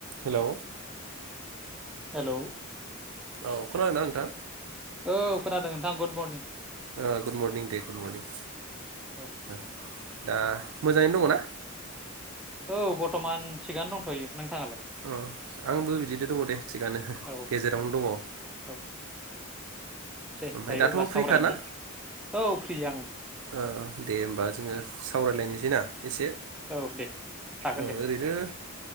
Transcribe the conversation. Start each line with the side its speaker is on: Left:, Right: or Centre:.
Right: hello
Centre: hello
Right: औ खोनादोंना नोंथां
Centre: औ खोनादों नोंथां गुद मरनिं
Right: ओ गुड मरर्निं दे गुड मरर्निं
Centre: औ
Right: ओ दा मोजाङैनो दङ ना
Centre: औ बरथमान थिगानो दंथ'यो नोंथाङालाय
Right: अ आंबो बिदिनो दङ दे थिगानो
Centre: औ
Right: गेजेरावनो दङ औ
Centre: औ दे
Right: ओमफ्राय
Centre: दायो
Right: दाथ'
Centre: अब्ला
Right: फ्रिखाना
Centre: सावरायनि औ फ्रि आङो
Right: औ दे होमबा जोङो सावरायलायनोसै बिना एसे
Centre: औ दे हागोन
Right: ओरैनो
Centre: दे